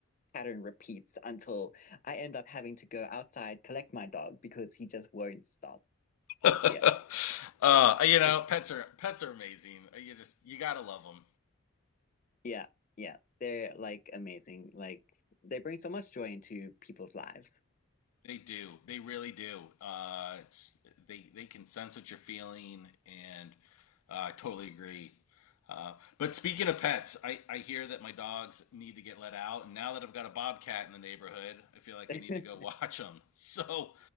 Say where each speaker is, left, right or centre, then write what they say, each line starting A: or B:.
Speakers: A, on the left (about 35°); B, on the left (about 90°).
A: pattern repeats until I end up having to go outside, collect my dog because he just won't stop.
B: <laughs>
A: Yeah.
B: Uh, you know,
A: <laughs>
B: pets are pets are amazing. You just you gotta love them.
A: Yeah, yeah. They're like amazing. Like they bring so much joy into people's lives.
B: They do. They really do. Uh, it's they they can sense what you're feeling, and uh, I totally agree. Uh, but speaking of pets, I, I hear that my dogs need to get let out, and now that I've got a bobcat in the neighborhood, I feel
A: <laughs>
B: like
A: All
B: I need to go <laughs> watch them. So